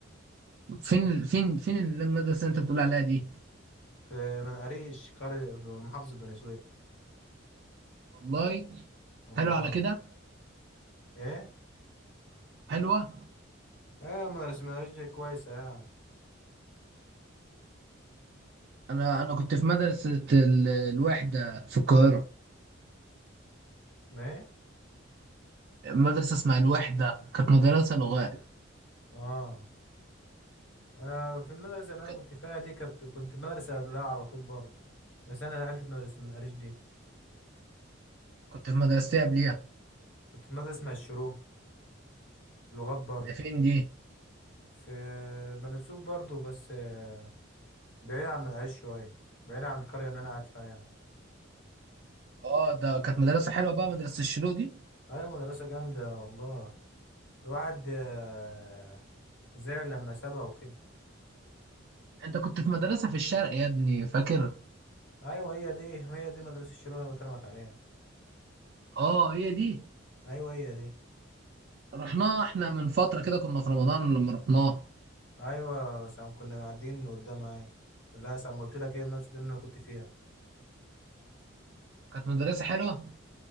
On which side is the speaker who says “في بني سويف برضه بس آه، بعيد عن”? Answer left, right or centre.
Left